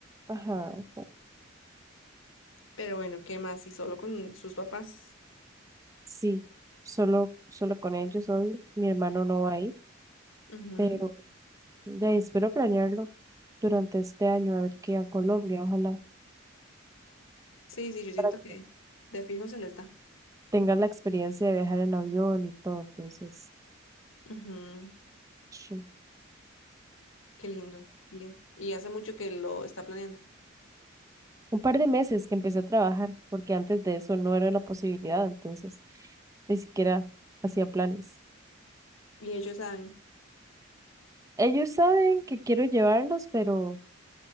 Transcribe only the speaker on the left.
Pero bueno, ¿qué más? Y solo con sus papás.
Ujú.
Sí, sí, yo siento
que de fijo se les da.
Ujú.
Qué lindo, qué lindo. Y hace mucho que lo está planeando.
Y ellos saben.